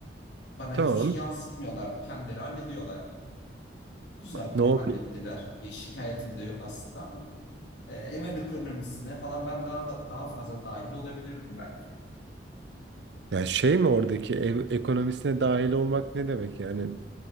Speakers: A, on the left; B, on the right.
A: Bana
B: Tamam.
A: hiçbir şey yansıtmıyorlardı. Kendileri hallediyorlardı. Güzel
B: Ne
A: de
B: oldu?
A: hallettiler. Bir şikayetim de yok aslında ama e, ev ekonomisine falan ben daha da, daha fazla dahil olabilirdim belki.
B: Yani şey mi oradaki ev ekonomisine dahil olmak ne demek yani?